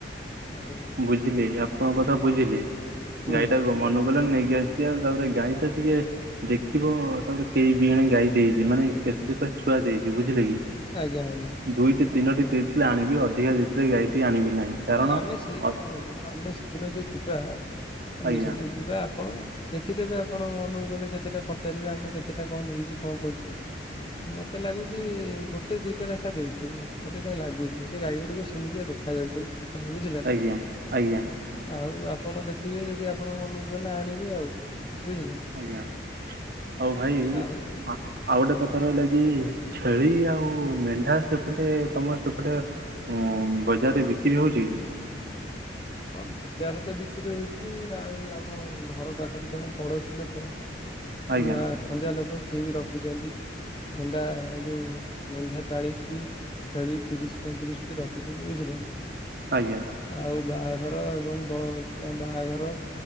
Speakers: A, on the left; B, on the right.
A: ଆଉ
B: ବୁଝିଲି ଆପଣଙ୍କ କଥା ବୁଝିଲି
A: ହୁଁ
B: ଗାଈଟାକୁ କଣ ମନକୁ ଗଲା ନା ନେଇକି ଆସ <unintelligible> ତାପରେ ଗାଈଟା ଟିକେ ଦେଖିବ ତାପରେ କେଇ ବିଆଣେ ଗାଈ ଦେଇଛି ମାନେ କେତେଟା ଛୁଆ ଦେଇଛି ବୁଝିଲେ କି
A: ଆଜ୍ଞା ଆଜ୍ଞା।
B: ଦୁଇଟି ତିନୋଟି ଦେଇଥିଲେ ଆଣିବି ଅଧିକା ଦେଇଥିଲେ ଗାଈଟି ଆଣିବି ନାହିଁ କାରଣ
A: ଆମେ ସେ
B: ଅ-
A: ଶୁଣନ୍ତୁ ଆମେ ସେଦିନ ଯୋଉ ଯିବା ଆମେ
B: ଆଜ୍ଞା
A: ସେଦିନ ଯିବା ଆପ ପଣ ଦେଖିଦେବେ ଆପଣ ମନକୁ ଗଲେ କେତେଟା ପଚାରିବେ ଆମେ କେତେଟା କଣ ଦେଇଛି କଣ କରିଚି ମତେ ଲାଗୁଚି ଗୋଟେ ଦିଟା ଲେଖା ଦେଇଥିବେ ମତେ କାଇହିଁ ଲାଗୁଛି ସେ ଗାଈ ଗୁଡିକ ସେମିତିଆ ଦେଖ ଦେଖାଯାଉଛନ୍ତି ଚିକ୍କଣ ବୁଝିଲ ନା।
B: ଆଜ୍ଞା ଆଜ୍ଞା
A: ଆଉ ଆପଣ ଦେଖିବେ ଯଦି ଆପଣଙ୍କ ମନକୁ ଗଲେ ଆଣିବେ ଆଉ। ବୁଝିଲେ ନା
B: ଆଜ୍ଞା ଆଉ ଭାଇ
A: ଆଉ
B: ଆ ଆଉ ଗୋଟେ କଥା ରହିଲା କି ଛେଳି ଆଉ ମେଣ୍ଢା ସେପଟେ ତମର ସେପଟେ ହଁ ବଜାରରେ ବିକ୍ରି ହଉଛି କି?
A: ହଁ ବଜାରରେ ତ ବିକ୍ରି ହଉଛି ଆଉ ଆମ ଘର ପାଖରେ ଜଣେ ପଡୋଶୀ ଲୋକ
B: ଆଜ୍ଞା
A: ବା ଖଞ୍ଜା ଲୋକ ସିଏ ବି ରଖିଛନ୍ତି। ମେଣ୍ଡା ଯୋଉ ମେଣ୍ଢା ଚାଳିଶ ଟି ଛେଳି ତିରିଶ ପଇଁତିରିଶ ଟି ରଖିଛନ୍ତି ବୁଝିଲେ ନା।
B: ଆଜ୍ଞା।
A: ଆଉ ବାହାଘର ଏବଂ ବ ତା ବାହାଘର